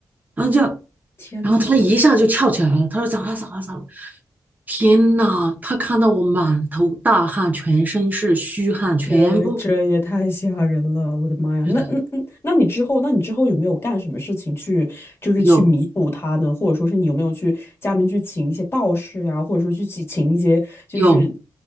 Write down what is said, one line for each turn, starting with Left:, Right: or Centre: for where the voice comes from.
Right: 然后就，
Left: 天呐。
Right: 然后他一下就翘起来了，他说咋了咋了咋了？天呐，他看到我满头大汗，全身是虚汗，
Left: 这这也太吓人了，
Right: 全部
Left: 我的妈呀！
Right: 是的，
Left: 那那那，那你之后，那你之后有没有干什么事情去，就是去弥补他呢？
Right: 有
Left: 或者说是你有没有去家里面去请一些道士呀、或者说去请请一些，就是，
Right: 有